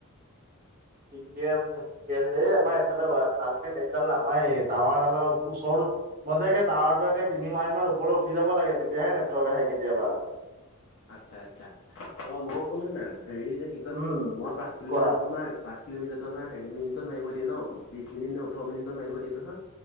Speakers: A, on the right (about 35°); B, on the left (about 55°).
A: ঠিকে আছে। ঠিকে আছে, এ, আমাৰ এইফালে ওৱাই ভালকে নেটডাল নাপায়েই, টাৱাৰ ডালৰ ওচৰতো মই যে একে টাৱাৰাটো একে তিনি মাইল মান ওপৰলৈ উঠি যাব লাগে, তেতিয়াহে নেটৱৰ্ক আহে কেতিয়াবা।
B: আচ্ছা, আচ্ছা অ' ময়ো শুনা না, হেৰি যে কি কয়,
A: উম
B: মই পাঁচ কিলোমিটাৰটো
A: কোৱা
B: তোমাৰ পাঁচ কিলোমিটাৰটো আমাৰ হেৰি মিনিটত মাৰিব দিয়ে ন? বিশছ মিনিট নে, ওঠৰ মিনিটত মাৰিব দিয়ে নহয়?